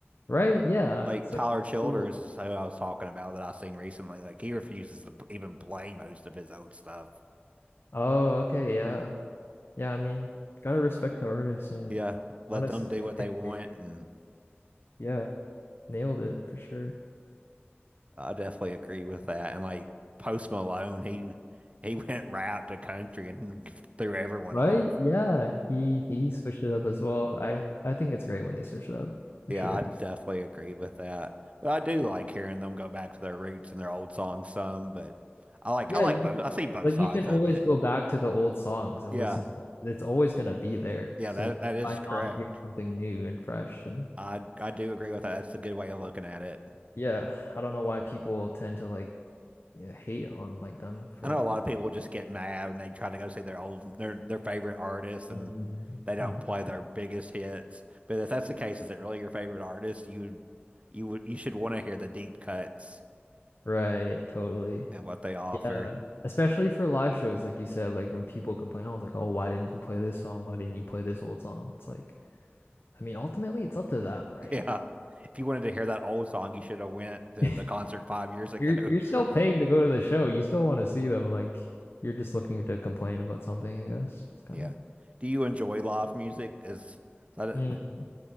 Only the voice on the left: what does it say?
right? Yeah.
So,
Cool.
oh, okay, yeah, yeah. I mean, gotta respect the artists, and
honestly,
I
think
they,
yeah, nailed it for sure.
Right?
Yeah, he he switched it up as well. I I think it's great when they switch it up for
sure.
Yeah,
you
can-
like
you can always
go back to the old songs and
listen to it. It's always gonna be there.
So
why
not hear something new and fresh? And
yeah, I don't know why people tend to like yeah, hate on like them for
like
Mm.
Mhm.
Right, totally.
Yeah. Especially for live shows, like you said, like when people complain, I was like, oh, why didn't you play this song? Why didn't you play this old song? It's like I mean, ultimately, it's up to them, right?
<laughs>
You're you're still
paying to go to the show. You still want to see them. Like you're just looking to complain about something, I guess. It's kind
of.
Mhm.